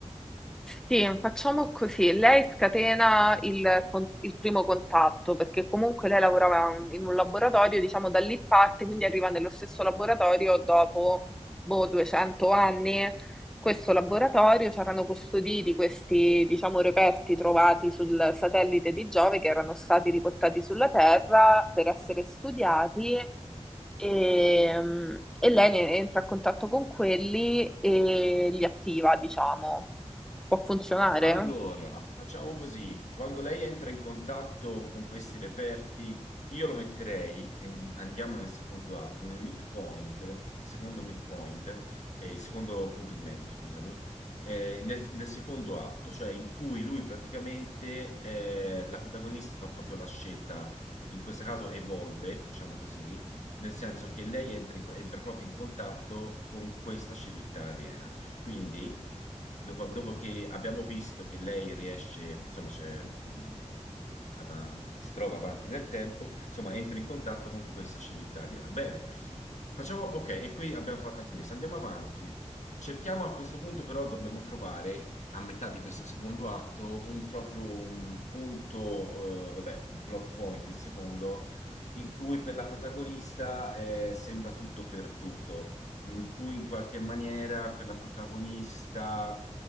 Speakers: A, in the centre; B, on the left.
A: Sì, facciamo così. Lei scatena il, con- il primo contatto perché comunque lei lavorava in un laboratorio, diciamo da lì parte, quindi arriva nello stesso laboratorio dopo boh, 200 anni. Questo laboratorio c'erano custoditi questi, diciamo, reperti trovati sul satellite di Giove che erano stati riportati sulla Terra per essere studiati e, e lei ne- entra a contatto con quelli e li attiva, diciamo. Può funzionare?
B: Allora, facciamo così, quando lei entra in contatto con questi reperti, io lo metterei, e andiamo nel secondo atto, nel midpoint, il secondo midpoint, eh, il secondo punto di mezzo, scusami, eh, nel, nel secondo atto, cioè in cui lui praticamente, eh, la protagonista fa proprio la scelta, in questo caso evolve, facciamo così, nel senso che lei entra, in- entra proprio in contatto con questa civiltà aliena. Quindi, dopo, dopo che abbiamo visto che lei riesce, insomma, c'è, mh, ad- si trova avanti nel tempo, insomma, entra in contatto con questa civiltà aliena. Bene, facciamo, ok, e qui abbiamo fatto anche questo, andiamo avanti. Cerchiamo a questo punto però dobbiamo trovare a metà di questo secondo atto un proprio un punto, eh, vabbè, un plot point, il secondo, in cui per la protagonista eh, sembra tutto perduto in cui in qualche maniera per la protagonista,